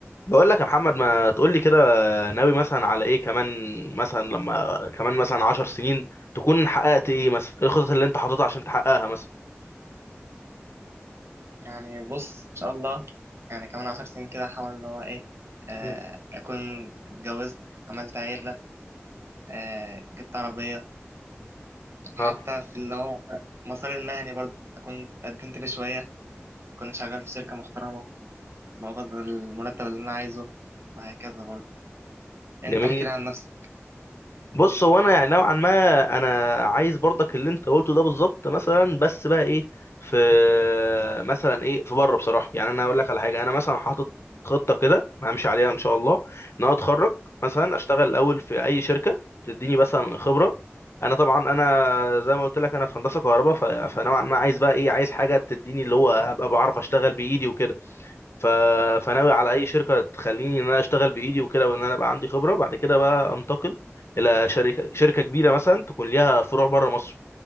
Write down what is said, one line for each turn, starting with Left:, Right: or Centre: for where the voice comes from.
Left: بقول لك يا محمد ما تقول لي كده ناوي مثلا على ايه كمان مثلا لما كمان مثلا عشر سنين تكون حققت ايه مثلا ايه الخطط اللي انت حاططها عشان تحققها مثلا
Right: يعني بص ان شاء الله يعني كمان عشر سنين كده احاول اللي هو ايه آه
Left: مم.
Right: اكون اتجوزت عملت عيلة آه جبت عربية وحتى
Left: اه
Right: في اللي هو مسار المهني برضه اكون اتقدمت لي شوية اكون شغال في شركة محترمة بقبض المرتب اللي انا عايزه وهكذا برضه انت
Left: جميل
Right: احكي لي عن نفسك
Left: بص هو انا يعني نوعا ما انا عايز برضك اللي انت قلته ده بالظبط مثلا بس بقى ايه في مثلا ايه في بره بصراحه يعني انا هقول لك على حاجه انا مثلا حاطط خطه كده همشي عليها ان شاء الله ان انا اتخرج مثلا اشتغل الاول في اي شركه تديني مثلا خبره انا طبعا انا زي ما قلت لك انا في هندسه كهرباء ف- فنوعا ما عايز بقى ايه عايز حاجه تديني اللي هو هبقى بعرف اشتغل بايدي وكده ف... فناوي على اي شركه تخليني ان انا اشتغل بايدي وكده وان انا بقى عندي خبره بعد كده بقى انتقل الى شركه شركه كبيره مثلا تكون ليها فروع بره مصر